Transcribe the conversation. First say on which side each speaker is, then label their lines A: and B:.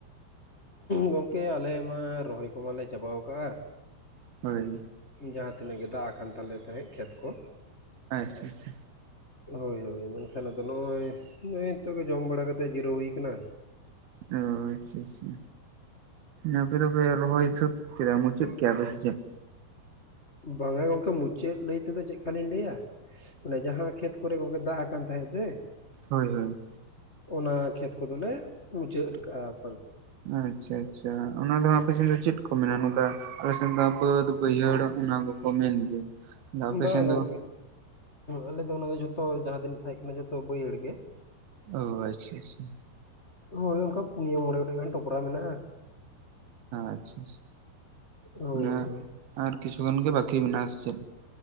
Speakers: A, on the left; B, on the right.
A: ᱜᱚᱝᱠᱮ ᱟᱞᱮ ᱢᱟ ᱨᱚᱦᱚᱭ ᱠᱚᱢᱟ ᱞᱮ ᱪᱟᱵᱟᱣ ᱠᱟᱜᱼᱟ᱾
B: ᱦᱳᱭ᱾
A: ᱡᱟᱦᱟᱸ ᱛᱤᱱᱟᱹᱜ ᱜᱮ ᱫᱟᱜ ᱟᱠᱟᱱ ᱛᱟᱞᱮ ᱛᱟᱦᱮᱸᱜ ᱠᱷᱮᱛ ᱠᱚ,
B: ᱟᱪᱪᱷᱟ ᱟᱪᱪᱷᱟ ᱟᱪᱪᱷᱟ᱾
A: ᱦᱳᱭ ᱦᱳᱭ ᱢᱮᱱᱠᱷᱟᱱ ᱟᱫᱚ ᱱᱚᱜᱼᱚᱭ, ᱱᱚᱜᱼᱚᱭ ᱱᱤᱛᱚᱜ ᱜᱮ ᱡᱚᱢ ᱵᱟᱲᱟ ᱠᱟᱛᱮᱜ ᱡᱤᱨᱟᱹᱣ ᱦᱩᱭ ᱠᱟᱱᱟ᱾
B: ᱚᱻ ᱟᱪᱪᱷᱟ ᱟᱪᱪᱷᱟ᱾ ᱟᱯᱮ ᱫᱚᱯᱮ ᱨᱚᱦᱚᱭ ᱥᱟᱹᱛ ᱠᱮᱫᱟ ᱢᱩᱪᱟᱹᱫ ᱠᱮᱜ-ᱟ ᱯᱮ ᱥᱮ ᱪᱮᱫ?
A: ᱵᱟᱝᱟ ᱜᱚᱝᱠᱮ ᱢᱩᱪᱟᱹᱫ ᱞᱟᱹᱭ ᱛᱮᱫᱚ ᱪᱮᱫᱠᱟ ᱞᱤᱧ ᱞᱟᱹᱭᱟ, ᱚᱱᱮ ᱡᱟᱦᱟᱸ ᱠᱷᱮᱛ ᱠᱚᱨᱮ ᱜᱚᱝᱠᱮ ᱫᱟᱜ ᱟᱠᱟᱱ ᱛᱟᱦᱮᱸᱜ ᱥᱮ
B: ᱦᱳᱭ ᱦᱳᱭ᱾
A: ᱚᱱᱟ ᱠᱷᱮᱛ ᱠᱚᱫᱚ ᱞᱮ ᱢᱩᱪᱟᱹᱫ <unintelligible>
B: ᱟᱪᱪᱷᱟ ᱟᱪᱪᱷᱟ᱾ ᱚᱱᱟ ᱫᱚ ᱦᱟᱸᱜ ᱟᱯᱮ ᱥᱮᱱ ᱫᱚ ᱪᱮᱫ ᱠᱚ ᱢᱮᱱᱟ? ᱱᱚᱝᱠᱟ ᱟᱞᱮ ᱥᱮᱱ ᱫᱚ ᱵᱟᱹᱫ ᱵᱟᱹᱭᱦᱟᱹᱲ ᱚᱱᱟ ᱠᱚᱠᱚ ᱢᱮᱱ ᱜᱮᱭᱟ᱾ ᱟᱫᱚ ᱟᱯᱮ
A: ᱵᱟ
B: ᱥᱮᱱ
A: ᱜᱚᱝᱠᱮ
B: ᱫᱚ
A: ᱟᱞᱮ ᱫᱚ ᱚᱱᱟ ᱫᱚ ᱡᱷᱚᱛᱚ ᱡᱟᱦᱟᱸ ᱛᱤᱱᱟᱹᱜ ᱛᱟᱦᱮᱸᱜ ᱠᱟᱱᱟ ᱡᱷᱚᱛᱚ ᱵᱟᱹᱭᱦᱟᱹᱲ ᱜᱮ᱾
B: ᱚᱻ ᱟᱪᱪᱷᱟ ᱟᱪᱪᱷᱟ᱾
A: ᱦᱳᱭ ᱚᱱᱠᱟ ᱯᱩᱱᱭᱟᱹ ᱢᱚᱬᱮ ᱜᱚᱴᱮᱡ ᱜᱟᱱ ᱴᱚᱯᱨᱟ ᱢᱮᱱᱟᱜᱼᱟ᱾
B: ᱟᱪᱪᱷᱟ ᱟᱪᱪᱷᱟ,
A: ᱦᱳᱭ
B: ᱚᱱᱟ
A: ᱦᱳᱭ
B: ᱟᱨ ᱠᱤᱪᱷᱩ ᱜᱟᱱ ᱜᱮ ᱵᱟᱠᱤ ᱢᱮᱱᱟᱜᱼᱟ ᱥᱮ ᱪᱮᱫ?